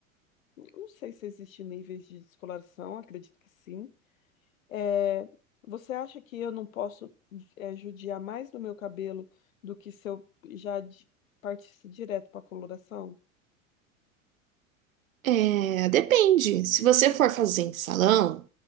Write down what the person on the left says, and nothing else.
Não sei se existe níveis de descoloração, acredito que sim. É, você acha que eu não posso é, judiar mais do meu cabelo do que se eu já di- partisse direto para coloração?